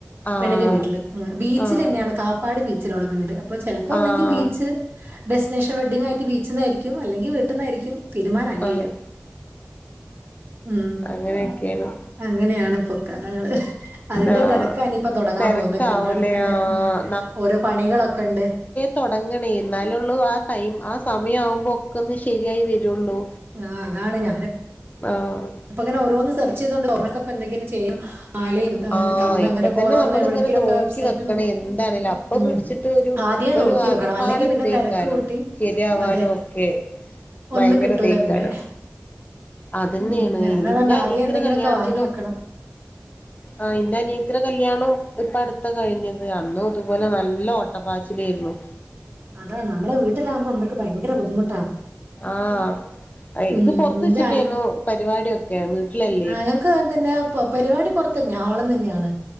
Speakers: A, on the left; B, on the right.
A: ആഹ്
B: പെണ്ണിന്റെ വീട്ടില് ഉം ബീച്ചിലെന്നെയാണ്
A: ആഹ്
B: കാപ്പാട് ബീച്ചിലുള്ള വീട് അപ്പൊ ചെലപ്പോൊന്നെങ്കി
A: ആഹ്
B: ബീച്ച് ഡെസ്റ്റിനേഷൻ വെഡിംഗ് ആയിട്ട് ബീച്ചിന്നായിരിക്കും അല്ലെങ്കിൽ വീട്ടിൽന്നായിരിക്കും. തീരുമാനയില്ല
A: ആഹ്
B: ഉം.
A: അങ്ങനൊക്കെയാണ്.
B: അങ്ങനെയാണ് ഇപ്പൊ കഥകള് അതിന്റെ
A: ആഹ്
B: തിരക്കനിയിപ്പോ തുടങ്ങാൻ
A: തിരക്കാവൂലേ
B: പോകുന്നത് കല്യാണത്തിന്റെ
A: ആഹ്
B: ഉം. ഓരോ പണികളൊക്കെണ്ട്.
A: തൊടങ്ങണേ എന്നാലള്ളൂ ആ ടൈം ആ സമയം ആവുമ്പോ ഒക്കെ ഒന്ന് ശരിയായി വരുള്ളൂ.
B: ആ അതാണ് ഞാനും
A: ആഹ്.
B: പ്പ ഇങ്ങനെ ഓരോന്ന് സെർച്ച് ചെയ്തോണ്ട് <unintelligible> നമ്മക്ക് എന്തങ്കിലും ചെയ്യും മാലയും
A: ആഹ്
B: കമ്മലും
A: ഇപ്പൊ
B: അങ്ങനെയൊക്കെ
A: തന്നെ
B: ഓരോന്ന്
A: നമ്മളിങ്ങനെ
B: എവിടെയെങ്കിലുമൊക്കെ
A: നോക്കി
B: വെബ്സൈറ്റിന്ന്
A: വെക്കണേ എന്താണേല് അപ്പൊ
B: ഉം
A: പിടിച്ചി ട്ട്പ്പൊരു
B: ആദ്യമേ
A: ഒരു
B: നോക്കി
A: ആകപ്പാടെത്തേക്കാരിയ
B: വെക്കണം അല്ലെങ്കിൽ പിന്നെ തിരക്ക് കൂട്ടി
A: ശരിയാവാനും
B: അതെ
A: ഒക്കെ
B: ഒന്നും
A: ഭയങ്കരത്തേക്കാരം
B: കിട്ടൂല പിന്നെ
A: അതെന്നാണ്.
B: ഉം ഞാനതുകൊണ്ട്
A: ഇന്റെ അനിയത്തീടെ
B: ആദ്യം എന്തെങ്കിലുമൊക്കെ
A: കല്യാണത്തിനും
B: <inaudible>
A: ആഹ് എന്താ നീ ത്തിടേകല്യാണവും ഇപ്പ അടുത്ത കഴിഞ്ഞത് അന്നും ഇതുപോലെ നല്ല ഓട്ടപ്പാച്ചിലേരുന്നു.
B: അതാണ് നമ്മുടെ വീട്ടിലവുമ്പോ മ്മക്ക് ഭയങ്കര ബുദ്ധിമുട്ടാ.
A: ആഹ്
B: ഉം
A: ഇത് പൊറത്ത്
B: എന്റെ
A: വെച്ചിട്ടേന്നു പരിപാടിയൊക്കെ വീട്ടിലെല്ല
B: ആഹ് ഞങ്ങക്ക് അങ്ങനെ തന്നെ പ പരിപാടി പുറത്ത തന്നെ ഹോൾ തന്നെയാണ്